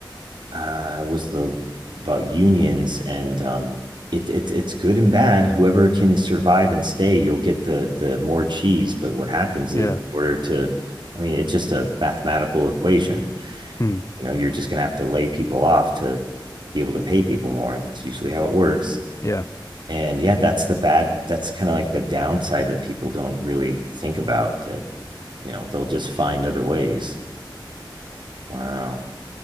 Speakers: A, on the right; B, on the left.
A: uh, was the about unions and um, it, it it's good and bad. Whoever can survive and stay, you'll get the the more cheese. But what happens
B: Yeah.
A: is, in order to, I mean, it's just a mathematical equation.
B: Hmm.
A: You know, you're just gonna have to lay people off to be able to pay people more. That's usually how it works.
B: Yeah.
A: And yeah, that's the bad. That's kind of like the downside that people don't really think about. That you know they'll just find other ways. Wow.